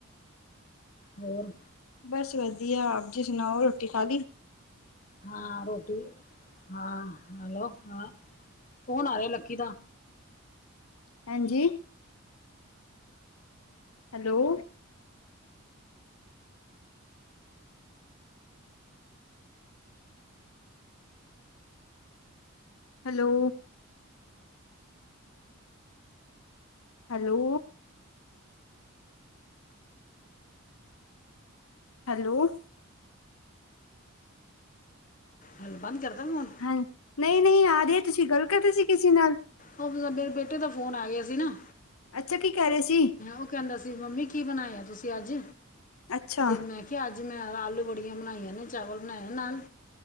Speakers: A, on the left; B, on the left.
A: ਹੋਰ,
B: ਬਸ ਵਧੀਆ ਆਪ ਜੀ ਸੁਣਾਓ? ਰੋਟੀ ਖਾਲੀ
A: ਹਾਂ ਰੋਟੀ ਹਾਂ ਹੈਲੋ ਹਾਂ ਫੌਣ ਆ ਰਿਹਾ ਲੱਕੀ ਦਾ,
B: ਹਾਂਜੀ, ਹੈਲੋ ਹੈਲੋ ਹੈਲੋ, ਹੈਲੋ
A: ਹਲ ਬੰਦ ਕਰਦਾਂ 'ਮੈਂ ਹੁਣ।
B: ਹਾਂ ਨਈ-ਨਈ ਆ ਰਹੀ ਐ ਤੁਸੀਂ ਗੱਲ ਕਰ ਰੇ ਸੀ ਕਿਸੀ ਨਾਲ।
A: ਉਹ ਮਲਬ ਬੇ ਬੇਟੇ ਦਾ ਫੋਨ ਆ ਗਿਆ ਸੀ ਨਾ।
B: ਅੱਛਾ ਕੀ ਕਹਿ ਰਹੇ ਸੀ।
A: ਉਹ ਕਹਿੰਦਾ ਸੀ ਮੰਮੀ ਕੀ ਬਣਾਇਆ ਤੁਸੀਂ ਅੱਜ,
B: ਅੱਛਾ,
A: ਤੇ ਮੈਂ ਕਿਹਾ ਅੱਜ ਮੈਂ ਆਲੂ ਬੜੀਆਂ ਬਣਾਈਆਂ ਨੇ ਚਾਵਲ ਬਣਾਏ ਨਾਲ